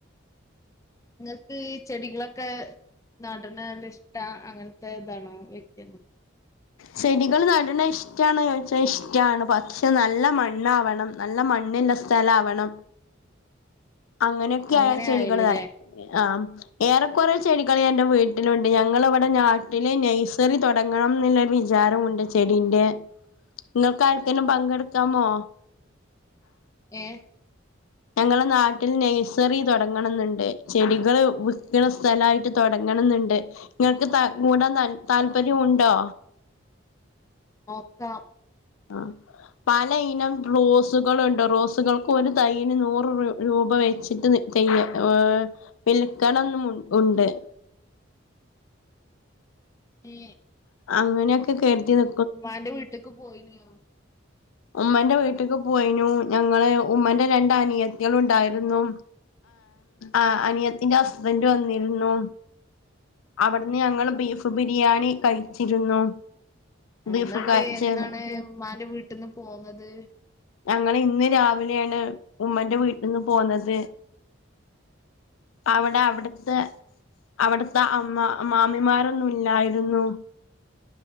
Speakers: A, on the left; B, on the left.
A: ങ്ങക്ക് ചെടികളൊക്കെ നടണല്ലെ ഇഷ്ട അങ്ങനത്തെ ഇതാണോ വ്യക്തിയാണോ
B: ചെടികൾ നടണ ഇഷ്ടണോ ചോദിച്ചാൽ ഇഷ്ടമാണ് പക്ഷെ നല്ല മണ്ണാവണം നല്ല മണ്ണില്ല സ്ഥലം ആവണം അങ്ങനെയൊക്കെ
A: അങ്ങനെ
B: ആയ ചെടികൾ
A: ആയില്ലല്ലേ
B: ആ ഏറെ കൊറെ ചെടികൾ എന്റെ വീട്ടിലുണ്ട് ഞങ്ങൾ ഇവിടെ നാട്ടിലെ നെയ്സറി തൊ- ടങ്ങണന്നുള്ള വിചാരോണ്ട് ചെടിന്റെ ങ്ങൾക്ക് ആർക്കേങ്കിലും പങ്കെടുക്കാമോ
A: ഏ
B: ഞങ്ങള നാട്ടിൽ നഴ്സറി തുടങ്ങണന്നുണ്ട് ചെടികള് വിക്കണ സ്ഥലയിട്ട് തുടങ്ങണന്നുണ്ട് ങ്ങക്ക് കൂടാൻ ത താല്പര്യം ഉണ്ടോ
A: നോക്കാം
B: അ പല ഇനം റോസ് സുകളുണ്ട്‌ റോസുകൾക്ക് ഒരു തയ്യന് നൂറ് രൂപ വെച്ചിട്ട് ചെയ്യ ഏ വിൽക്കണംന്ന് മു ഉണ്ട്
A: മേ
B: അങ്ങനെയൊക്കെ കെരുതി നി
A: ഉമ്മാന്റെ വീട്ട്ക്ക് പോയിനി
B: ഉമ്മന്റെ വീട്ടിക്ക് പോയിനു ഞങ്ങള് ഉമ്മന്റെ രണ്ട് അനിയത്തികളു ഉണ്ടായിരുന്നു ആ അനിയത്തിന്റെ ഹസ്ബൻഡ് വന്നിരുന്നു അവിടുന്ന് ഞങ്ങള് ബീഫ് ബിരിയാണി കഴിച്ചിരുന്നു ബീഫ്
A: ന്നിട്ട്
B: കഴിച്ച്
A: എന്താണ് ഇമ്മാന്റെ വീട്ടിന്ന് പോന്നത്
B: ഞങ്ങള് ഇന്ന് രാവിലെണ് ഉമ്മന്റെ വീട്ടിന്ന് പോന്നത് അവിടെ അവിടുത്തെ അവിടുത്തെ അമ്മ മാമിമാരൊന്നും ഇല്ലായിരുന്നു